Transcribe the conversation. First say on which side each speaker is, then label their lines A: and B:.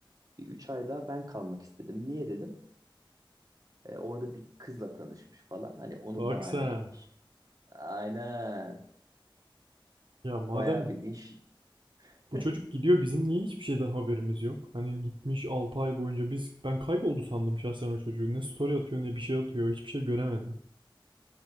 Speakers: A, on the right; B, on the right.
A: Bir 3 ay daha ben kalmak istedim. Niye dedim. E, orada bir kızla tanışmış falan. Hani onu
B: Bak
A: bahane
B: sen.
A: etmiş. Aynen.
B: Ya madem
A: Bayağı bildiğin şey.
B: Bu
A: <laughs>
B: çocuk gidiyor bizim niye hiçbir şeyden haberimiz yok? Hani gitmiş 6 ay boyunca biz ben kayboldu sandım şahsen o çocuğu. Ne story atıyor ne bir şey atıyor hiçbir şey göremedim.